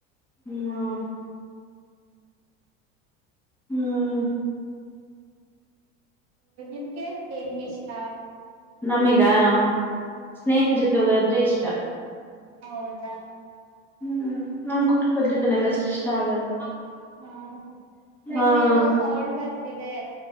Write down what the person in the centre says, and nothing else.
ಹ್ಮ್. ಹ್ಮ್.
ನಮಿಗಾ. ಸ್ನೇಹಿತ್ರ
ಜೊತೆ ಹೋಗೋದಂದ್ರೆ ಇಷ್ಟ.
ಹ್ಮ್ ನಮ್ ಕುಟುಂಬದ ಜೊತೆ ನಂಗಗೆ ಅಷ್ಟು ಇಷ್ಟ ಆಗಲ್ಲ.
ಹಾ